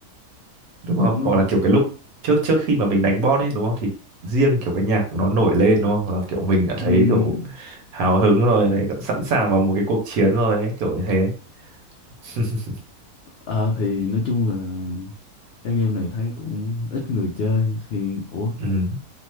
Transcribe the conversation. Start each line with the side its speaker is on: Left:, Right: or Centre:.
Right: đúng không
Left: chuẩn không
Right: hoặc là kiểu cái lúc trước trước khi mà mình đánh boss ấy đúng không thì riêng kiểu cái nhạc nó nổi lên đúng không là kiểu mình đã thấy
Left: Ừm,
Right: kiểu hào hứng rồi này kiểu sẵn sàng vào một cái cuộc chiến rồi đấy kiểu như thế <laughs>
Left: à, thì nói chung là cái game này thấy cũng ít người chơi thì ủa
Right: ừ.